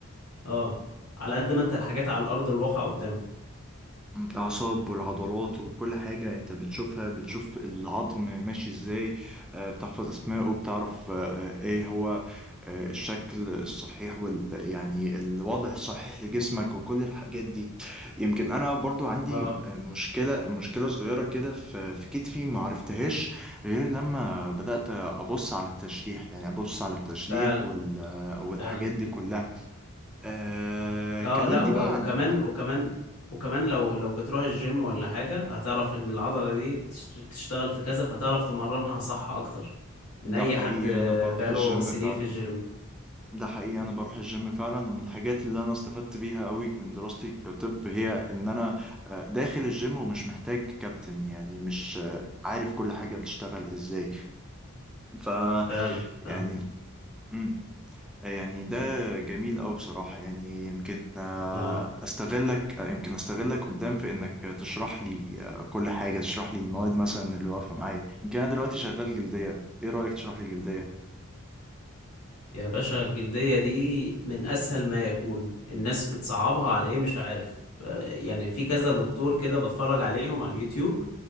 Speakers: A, on the left; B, in the centre.
A: اه على قد ما انت الحاجات على الارض الواقع قدامك
B: الأعصاب والعضلات وكل حاجة أنت بتشوفها بتشوف العظم ماشي إزاي آه، بتحفظ أسمائه بتعرف آه، آه، إيه هو آه، الشكل الصحيح وال يعني الوضع الصحيح لجسمك وكل الحاجات دي يمكن أنا برضو عندي
A: اه
B: مشكلة مشكلة صغيرة كده في في كتفي ما عرفتهاش غير لما بدأت أبص على التشريح يعني أبص على التشريح
A: فعلا
B: وال والحاجات
A: فعلا
B: دي كلها أه
A: اه
B: كلمني
A: لا و-
B: بقى عن
A: وكمان
B: عن-
A: وكمان وكمان لو لو بتروح الجيم ولا حاجة هتعرف ان العضلة دي بتش- بتشتغل في كذا فتعرف تمرنها صح اكتر
B: ده
A: من اي
B: حقيقي
A: حد آه،
B: أنا بروح
A: بقاله
B: الجيم
A: سنين
B: فعلا
A: في الجيم
B: ده حقيقي انا بروح الجيم فعلا ومن الحاجات اللي انا استفدت بيها قوي من دراستي كطب هي ان انا آه، داخل الجيم ومش محتاج كابتن يعني مش آه، عارف كل حاجة بتشتغل ازاي ف
A: فعلا
B: يعني
A: فعلا
B: مم، يعني ده جميل قوي بصراحة يعني يمكن آه،
A: اه
B: استغلك آه، يمكن استغلك قدام في انك تشرح لي آه، كل حاجة تشرح لي المواد مثلا اللي واقفة معايا يمكن انا دلوقتي شغال جلدية ايه رأيك تشرح لي جلدية
A: يا باشا الجلدية دي من اسهل ما يكون الناس بتصعبها على ايه مش عارف آه، يعني في كذا دكتور كده بتفرج عليهم على اليوتيوب